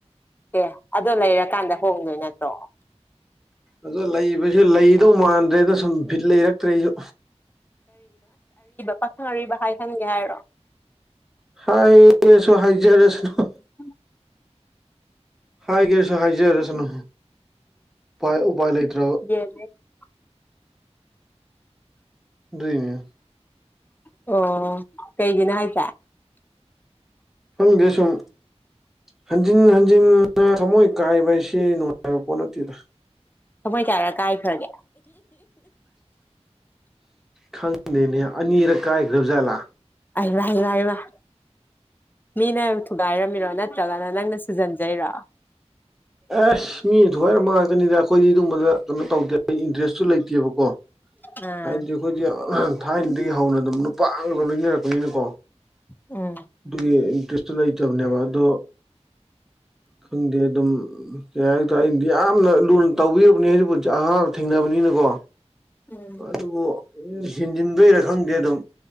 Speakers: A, on the left; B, in the centre.
A: ꯑꯦ ꯑꯗꯣ ꯂꯩꯔꯀꯥꯟꯗ ꯍꯣꯡꯗꯣꯏ ꯅꯠꯇ꯭ꯔꯣ꯫
B: ꯑꯗꯣ ꯂꯩꯕꯁꯦ ꯂꯩꯗꯧ ꯃꯥꯟꯗ꯭ꯔꯦꯗ ꯁꯨꯝ ꯐꯤꯠ ꯂꯩꯔꯛꯇ꯭ꯔꯦꯖꯨ꯫
A: ꯄꯥꯈꯪꯑꯔꯤꯕ ꯍꯥꯏꯍꯟꯒꯦ ꯍꯥꯏꯔꯣ꯫
B: ꯍꯥꯏꯔꯁꯨ ꯍꯥꯏꯖꯔꯁꯅꯨ
A: ꯎꯝ
B: ꯍꯥꯏꯒꯦꯁꯨ ꯍꯥꯏꯖꯔꯁꯅꯨ ꯄꯥꯏ ꯎꯄꯥꯏ ꯂꯩꯇ꯭ꯔꯕ꯫
A: <unintelligible>
B: ꯗꯨꯏꯅꯦ
A: ꯑꯣ ꯀꯩꯒꯤꯅꯦ ꯍꯥꯏꯖꯦ꯫
B: ꯈꯪꯗꯦ ꯁꯨꯝ ꯍꯟꯖꯤꯟ ꯍꯟꯖꯤꯟꯅ ꯊꯃꯣꯏ ꯀꯥꯏꯕ ꯍꯥꯏꯁꯤ ꯅꯨꯡꯉꯥꯏꯕ ꯄꯣꯠ ꯅꯠꯇꯦꯗ꯫
A: ꯊꯃꯣꯏ ꯀꯥꯋꯔꯛ ꯀꯥꯏꯈ꯭ꯔꯒꯦ
B: ꯈꯪꯗꯦꯅꯦ ꯑꯅꯤꯔꯛ ꯀꯥꯏꯒ꯭ꯔꯕ ꯖꯥꯠꯂꯥ꯫
A: ꯑꯩ ꯃꯥ ꯑꯩ ꯃ ꯋꯥ ꯃꯤꯅ ꯊꯨꯒꯥꯏꯔꯝꯃꯤꯔꯣ ꯅꯠ ꯇ꯭ꯔꯒꯅ ꯅꯪꯅ ꯁꯨꯖꯟꯖꯩꯔꯣ
B: ꯑꯦꯁ ꯃꯤꯅ ꯊꯨꯒꯥꯏꯔꯝꯕ ꯉꯛ ꯇꯅꯤꯗ ꯑꯈꯣꯏꯗꯤ ꯑꯗꯨꯕꯗ ꯀꯩꯅꯣ ꯇꯧꯗꯦ ꯑꯩ ꯏꯟꯇꯔꯦꯁꯁꯨ ꯂꯩꯇꯦꯕꯀꯣ
A: ꯑꯥ
B: ꯍꯥꯏꯗꯤ ꯑꯈꯣꯏꯗꯤ ꯊꯥꯏꯅꯗꯒꯤ ꯍꯧꯅ ꯑꯗꯨꯝ ꯅꯨꯄꯥ <unintelligible> ꯂꯣꯏꯅꯔꯛꯄꯅꯤꯅꯀꯣ
A: ꯎꯝ
B: ꯑꯗꯨꯒꯤ ꯏꯟꯇꯔꯦꯁꯇꯣ ꯂꯩꯇꯕꯅꯦꯕ ꯑꯗꯣ ꯈꯪꯗꯦ ꯑꯗꯨꯝ ꯀꯩ ꯍꯥꯏꯇꯥꯔꯦ ꯑꯩꯗꯤ ꯌꯥꯝꯅ ꯂꯨꯅ ꯇꯧꯕꯤꯔꯨꯕꯅꯦ ꯄꯨꯆ ꯑꯍꯥꯟ ꯊꯦꯡꯅꯕꯅꯤꯅꯀꯣ
A: ꯎꯝ
B: ꯑꯗꯨꯕꯨ ꯍꯦꯟꯖꯤꯟꯕꯩꯔ ꯈꯪꯗꯦ ꯑꯗꯨꯝ